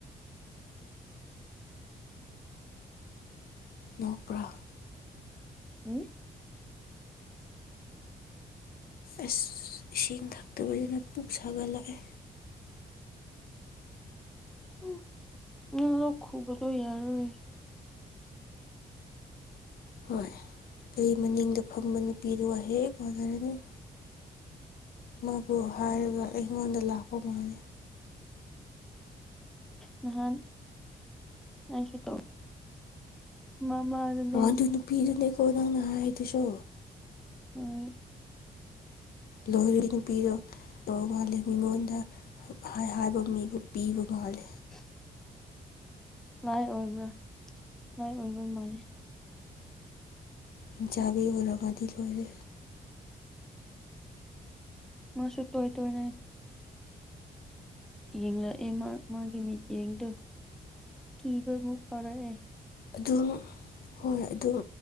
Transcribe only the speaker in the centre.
ꯎꯝ
ꯎꯝ ꯅꯪ ꯂꯣꯛ ꯈꯨꯕꯗꯣ ꯌꯥꯔꯔꯣꯏ
ꯅꯍꯥꯟ ꯑꯩꯁꯨ ꯇꯧ ꯃꯃꯥꯗꯨꯅꯦ
ꯎꯝ
ꯍ <inaudible> ꯂꯥꯏꯛ ꯑꯣꯏꯕ꯭ꯔꯥ ꯂꯥꯏꯛ ꯑꯣꯏꯕ ꯃꯥꯜꯂꯦ
ꯃꯣꯢꯁꯨ ꯇꯣꯏ ꯇꯣꯏꯅ ꯌꯦꯡꯂꯛꯑꯦ ꯃꯥ ꯃꯥꯒꯤ ꯃꯤꯠꯌꯦꯡꯗꯣ ꯀꯤꯕꯕꯨ ꯐꯥꯎꯔꯛꯑꯦ